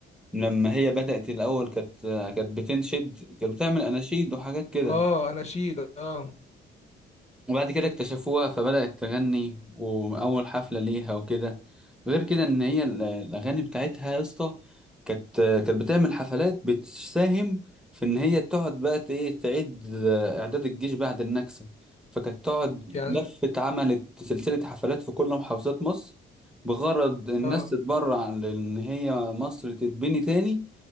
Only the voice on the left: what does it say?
اه انا شيد اه
يعني
اه